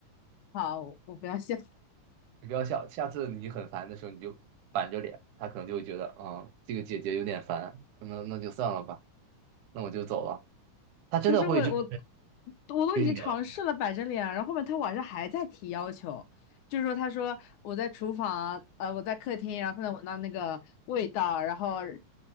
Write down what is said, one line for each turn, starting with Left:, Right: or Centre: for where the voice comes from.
Left: 好，我我不要笑。
Right: 你不要笑，下次你很烦的时候你就板着脸，他可能就会觉得，嗯，这个姐姐有点烦，那那就算了吧，那我就走了。
Left: <laughs>
Right: 他真的会就是
Left: 可是我我我都已经尝试了摆着脸，
Right: 跟你聊，
Left: 然后后面他晚上还在提要求，就是说他说我在厨房，呃，我在客厅，然后他能闻到那个味道，然后